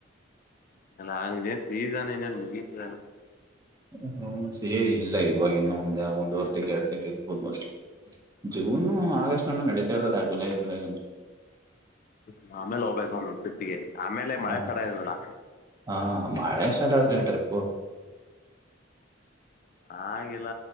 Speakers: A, on the left (about 45°); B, on the right (about 20°).
A: ಹ್ಮ್ೇ ಫ್ರೀಸ್ಾನ ಇ ಮಗಾನ
B: ಹ ಸೇ ಇಲ್ಲ ಇವಾಗ ಇನ್ನುೂ ಒಂದ ಒಂದುವರೆ ತಿಂ್ಗಳು ಎರಡು ತಿಂಗ್ಗಳು ಇರ್ಬೋದು ಮೋಸ್ಟ್ಲಿ ಜೂನು ಆಗಸ್ಟ್ ಅಂತಟ ನಡೀತಾ ಇರೋದಾ ಜುಲೈ ಜುಲೈಂ
A: ಹ ಆಮೇಲೆ ಹೋಗ್ಬೇಕು ಅವನು ತೃಪ್ಿಗೆ ಆಮೇಲೆ ಮಳೆ
B: ಹ
A: ಸ್ಥರ ಇರದಲ್ಲಾ
B: ಹಾ ಮಾಳೆ ಸ್ಟಾರ್ಟ್ ಆದ ರೀ ಟ್ರಿಪ್ಪು
A: ಆಿಲ್ಲ